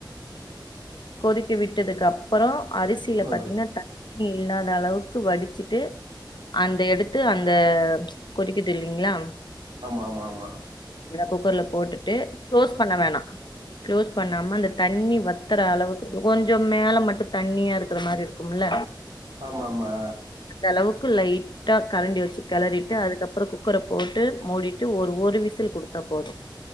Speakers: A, on the left; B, on the right.
A: கொதிக்கி விட்டதுக்கு அப்பற அரிசில
B: ஆ
A: பாத்தீங்கன்னா தண்ணி இல்லாத அளவுக் வடிச்சுட்டு அந்த எடுத்து அந்த கொதிக்குது இல்லிங்களா
B: ஆமா ஆமா ஆமா
A: குக்கர்ல போட்டுட்டு க்ளோஸ் பண்ண வேணா க்ளோஸ் பண்ணாம அந்த தண்ணி வத் உனத்ற அளவுக்கு கொஞ்ச மேல மட்டு தண்ணியா இருக்கிற மாரி இருக்கும்ல
B: ஆமா ஆமா
A: அந்த அளவுக்கு லைட்டா கரண்டி வச்சு கெளறிட்டு அதுக்கப்புற குக்கரை போட்டு மூடிட்டு ஒரு ஒரு விசில் குடுத்தா போதும்